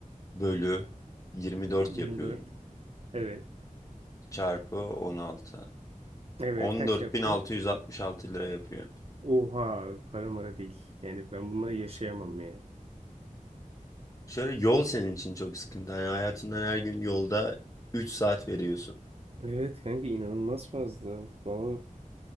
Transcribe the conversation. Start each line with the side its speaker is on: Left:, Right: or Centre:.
Left: bölü 24
Right: 24.
Left: yapıyorum.
Right: Evet.
Left: Çarpı 16.
Right: Evet.
Left: 14.666
Right: Kaç yaptı?
Left: lira yapıyor.
Right: Oha. Para mara değil. Yani ben bununla yaşayamam yani.
Left: Şöyle yol senin için çok sıkıntı. Hani hayatından her gün yolda 3 saat veriyorsun.
Right: Evet kanka inanılmaz fazla. Valla